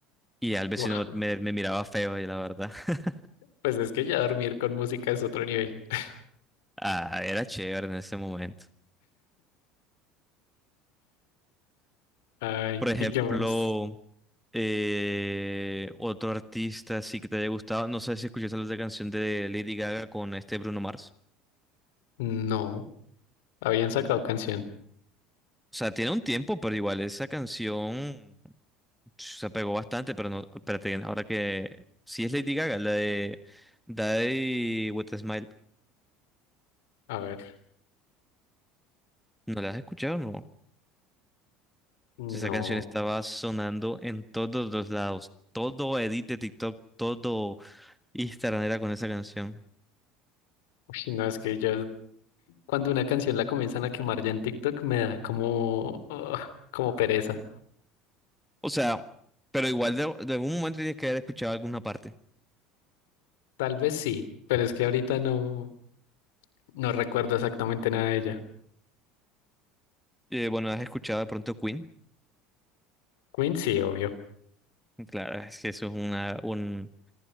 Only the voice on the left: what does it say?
buah,
pues es que ya dormir con música es otro nivel. <laughs>
Ay,
¿y qué más?
No, habían sacado canción.
A ver,
no.
Uy, no, es que ya cuando una canción la comienzan a quemar ya en TikTok me da como, ah, como pereza.
Tal vez sí, pero es que ahorita no, no recuerdo exactamente nada de ella.
Queen sí, obvio.